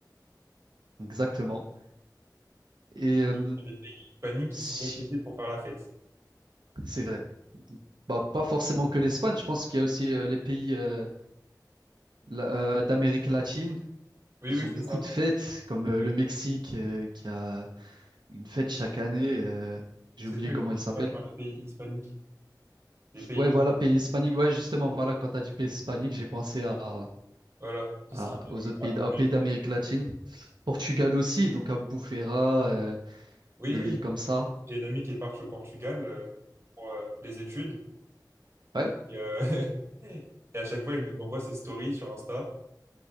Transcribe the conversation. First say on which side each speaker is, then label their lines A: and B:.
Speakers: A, on the right (about 80°); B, on the right (about 35°).
A: Exactement. Et
B: Mais c'est
A: euh,
B: vrai qu'il y a des pays hispaniques qui
A: si
B: sont réputés pour faire la fête.
A: C'est vrai. Donc, bah, pas forcément que l'Espagne, je pense qu'il y a aussi euh, les pays euh, la- euh, d'Amérique latine.
B: Oui,
A: Ils
B: oui,
A: ont
B: c'est
A: beaucoup
B: ça.
A: de fêtes, comme euh,
B: Oui,
A: le
B: oui.
A: Mexique euh, qui a une fête chaque année. euh, j'ai
B: C'est
A: oublié
B: ça que
A: comment
B: je veux
A: elle s'appelle.
B: dire par les pays hispaniques. Les pays.
A: Ouais, voilà, pays hispanique. Ouais, justement, voilà, quand tu as dit pays hispanique, j'ai pensé à,
B: Voilà. Tout
A: à-
B: ce qui est,
A: aux
B: euh,
A: autres pays, d- aux
B: Amérique.
A: pays d'Amérique latine. Portugal aussi, donc à Bufeira, euh,
B: Oui,
A: des
B: oui.
A: villes comme ça.
B: J'ai une amie qui est partie au Portugal euh, pour euh, les études.
A: Ouais,
B: Et, euh, <laughs> et à chaque fois, elle nous envoie ses stories sur Insta.